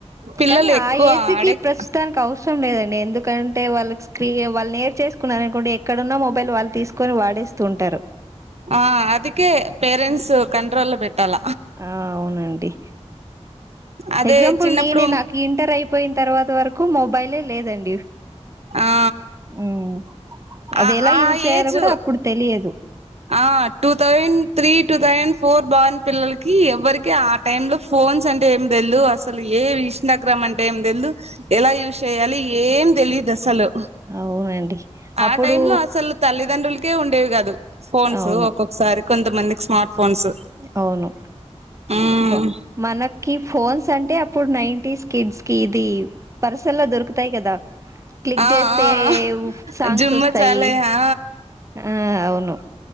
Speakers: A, on the right (about 65°); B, on the right (about 25°).
A: పిల్లల్
B: కానీ
A: ఎక్కువ
B: ఆ ఏజ్
A: అడిక్
B: కి ప్రస్తుతానికి అవసరం లేదండి ఎందుకంటే వాళ్ళకి స్క్రీ వాళ్ళ్ నేర్చేస్కున్నార్ అనుకోండి ఎక్కడున్నా మొబైల్ వాళ్ తీసుకొని వాడే స్తుంటారు
A: ఆ అదుకే పేరెంట్స్ కంట్రోల్లో బెట్టాల
B: ఆ అవునండి
A: అదే
B: ఎగ్జాంపుల్
A: చిన్నప్పుడు
B: నేనె నాక్ ఇంటర్ అయ్ పోయిన్ తర్వాత వరకు మొబైలే లేదండి
A: ఆ
B: ఉమ్, అది
A: అ
B: ఎలా
A: ఆ
B: యూజ్ చేయాలో
A: ఏజ్
B: కూడా అప్పుడు తెలియదు
A: ఆ two thousand three two thousand four born పిల్లలకి ఎవ్వరికీ ఆ టైమ్ లో ఫోన్స్ అంటే ఏం తెల్దు అసలు ఏవి ఇష్ణగ్రం అంటే ఏం తెల్దు ఎలా యూజ్ చేయాలి ఏం తెలిదు అసలు
B: అవునండి
A: ఆ
B: అప్పుడు
A: టైమ్ లో అసల్ తల్లిదండ్రుల్కే ఉండేవి గాదు ఫోన్స్
B: అవును
A: ఒక్కొక్సారి కొంతమందిక్ స్మార్ట్ ఫోన్స్
B: అవును
A: మ్మ్
B: మ మనకి ఫోన్స్ తంటే అప్పుడ్ నైన్టీస్ కిడ్స్ కి ఇది పర్సుల్లో దొరుకుతయి గదా క్లిక్
A: ఆ
B: జెస్తే
A: ఆ
B: సాంగ్స్
A: జుమ్మ
B: వస్తాయి
A: చాలే ఆ
B: ఆ అవును